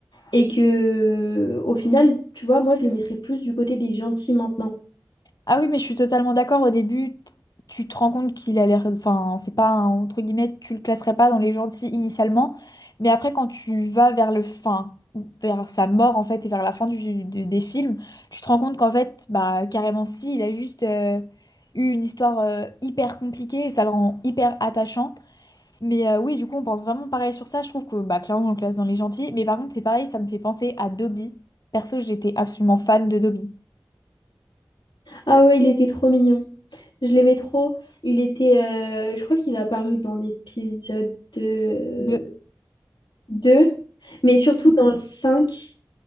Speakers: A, on the left; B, on the left.
A: Et que, au final, tu vois, moi, je le mettrais plus du côté des gentils maintenant.
B: Ah oui, mais je suis totalement d'accord. Au début, t- tu te rends compte qu'il a l'air. Enfin, c'est pas un- entre guillemets, tu le classerais pas dans les gentils initialement. Mais après, quand tu vas vers le fin, ou vers sa mort en fait, et vers la fin du, du- des films, tu te rends compte qu'en fait, bah carrément si, il a juste euh, eu une histoire euh, hyper compliquée et ça le rend hyper attachant. Mais euh, oui, du coup, on pense vraiment pareil sur ça. Je trouve que bah clairement, on le classe dans les gentils. Mais par contre, c'est pareil, ça me fait penser à Dobby. Perso, j'étais absolument fan de Dobby.
A: Ah ouais, il était trop mignon. Je l'aimais trop. Il était, euh, je crois qu'il est apparu dans l'épisode euh,
B: De...
A: 2 mais surtout dans le cinq